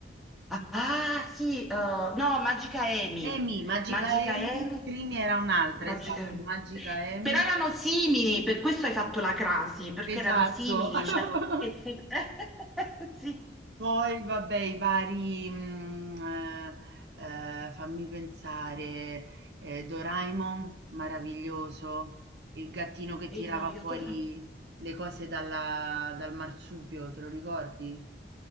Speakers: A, in the centre; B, on the right.
A: Ah, sì, eh, no, Magica Amy.
B: eh, Amy, Magica
A: Magica
B: Amy,
A: Amy.
B: Crimi era un'altra,
A: Magica
B: esatto,
A: Amy.
B: Magica Amy,
A: Però erano simili, per questo hai fatto la crasi, perché
B: esatto.
A: erano simili,
B: <laughs>
A: cioè... che se- <laughs> Sì.
B: Poi vabbè i vari, mhmm, ehm, ehm, fammi pensare, ehm, Doraemon, meraviglioso, il gattino che tirava
A: Vedi, no, io
B: fuori
A: Doraemon...
B: le cose dalla dal marsupio, te lo ricordi?